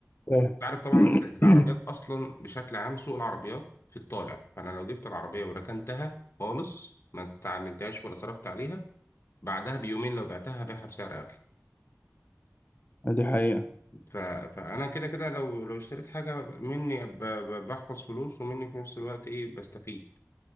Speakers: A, on the left; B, on the left.
A: إيه.
B: انت عارف طبعا
A: <coughs>
B: العربيات اصلا بشكل عام سوق العربيات في الطالع فانا لو جبت العربيه وركنتها خالص ما استعملتهاش ولا صرفت عليها بعدها بيومين لو بعتها هبيعها بسعر اغلى
A: <clears throat> دي حقيقة
B: ف... فانا كده كده لو لو اشتريت حاجه مني ب... ب- بحفظ فلوس ومني في نفس الوقت ايه بستفيد